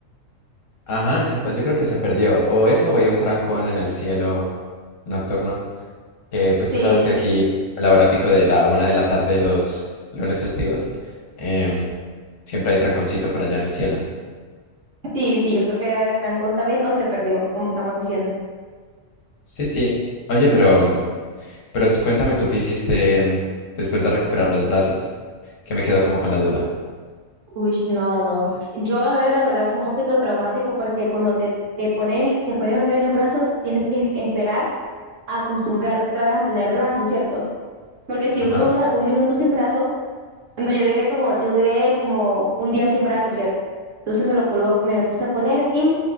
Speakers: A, on the left; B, on the right.
A: Ajá, exacto, yo creo que se perdió. O eso o hay un trancón en el cielo nocturno. Que pues
B: Sí,
A: tú sabes que aquí a la hora pico de la una de la tarde los lunes festivos, em, siempre hay tranconcito por allá en el cielo.
B: sí, sí, yo creo que debe haber trancón también, o se perdió, como estamos diciendo.
A: Sí, sí. Oye, pero, pero tú cuéntame tú qué hiciste em, después de recuperar los brazos, que me quedo como con la duda.
B: Uy, no, no. Yo, a ver, la verdad fue un poquito traumático porque cuando te, te ponen, te pones otra vez los brazos, tienes que esperar a acostumbrarte otra vez a tener brazos, ¿cierto? Porque si
A: Ajá,
B: uno dura un minuto sin brazo, ando, yo diré como, yo duré como un día sin brazo, ¿cierto? Entonces me lo, pulvo- me lo puse a poner, tin,